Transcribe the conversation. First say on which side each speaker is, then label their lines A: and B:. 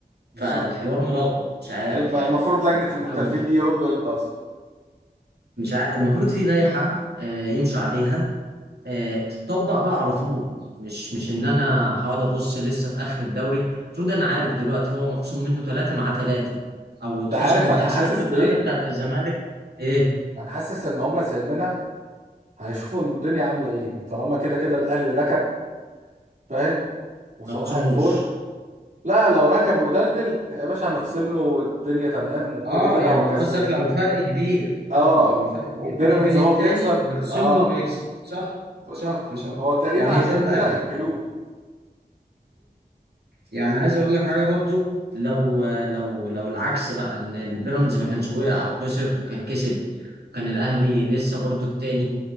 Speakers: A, on the right (about 50°); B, on the right (about 80°).
A: بالظبط
B: فالحوار ملخبط مش عارف
A: يعني الم- المفروض
B: يعني
A: لجنه
B: المفروض
A: المحترفين
B: لو
A: دي يردوا امتى اصلا
B: مش عارف المفروض في لائحة آه، يمشوا عليها آه، تتطبق بقى على طول مش مش ان انا هقعد ابص لسه في اخر الدوري المفروض انا عارف دلوقتي هو مخصوم منه ثلاثه مع ثلاثه او
A: انت
B: اتخصم
A: عارف
B: من
A: انا
B: اتحسبت
A: حاسس
B: له
A: بايه
B: الثلاثه بتاعت الزمالك ايه
A: انا حاسس ان هم سايبينها هيشوفوا الدنيا عامله ايه طالما كده كده الاهلي ركب فاهم وصباح
B: ما يخصموش
A: الفل لا لو ركب ودلدل يا باشا هنخصم له الدنيا تمام وكده
B: اه
A: كده
B: يعني
A: هو كسبان
B: قصدك لو الفرق كبير
A: اه
B: اه لو الفرق كبير
A: وبيراميدز
B: بينه وبين
A: هو
B: التاني
A: بيخسر
B: نخصم
A: اه
B: له ويكسب صح
A: بالظبط
B: صح صح
A: هو تقريبا
B: يعني
A: عشان
B: ده الاغلب
A: كده اجلوه
B: يعني عايز اقول لك حاجه برضو لو لو لو العكس بقى ان البيراميدز ما كانش وقع او خسر وكان كسب وكان الاهلي لسه برضو التاني